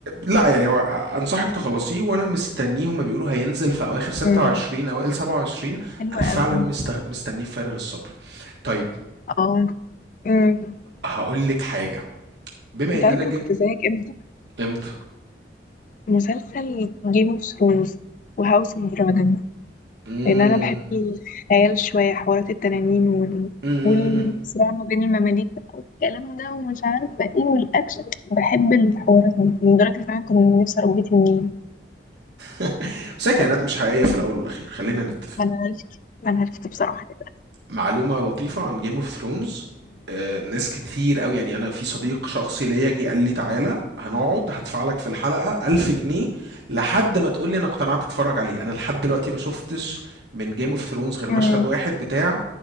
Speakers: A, on the right; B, on the left.
A: لا يعني هو انصحك تخلصيه وانا مستنيه هما بيقولوا هينزل في اواخر 26
B: امم
A: اوائل 27
B: حلوة
A: انا فعلا
B: قوي
A: مستغ... مستنيه بفارغ الصبر طيب
B: اه امم
A: هقول لك حاجه بما
B: انت
A: ان
B: عارفة
A: انا جبت
B: انا كنت زيك امتى
A: امتى
B: مسلسل جيم اوف ثرونز وهاوس اوف دراجون
A: امم
B: لان انا بحب الخيال شوية حوارات التنانين وال...
A: امم
B: والصراع ما بين المماليك بقى والكلام ده ومش عارفة ايه والاكشن بحب الحوارات دي لدرجة ان انا كنت نفسي اربي تنين
A: <laughs> بس هي كائنات
B: والله
A: مش حقيقيه في الاول والاخير خلينا نتفق
B: ما انا عرفت ما انا عرفت بصراحة دلوقتي
A: معلومة لطيفة عن جيم اوف ثرونز ناس كتير قوي يعني انا في صديق شخصي ليا جه قال لي تعالى هنقعد هدفع لك في الحلقة 1000 جنيه لحد ما تقول لي انا اقتنعت اتفرج عليه انا لحد دلوقتي ما شفتش من جيم اوف ثرونز غير مشهد
B: امم
A: واحد بتاع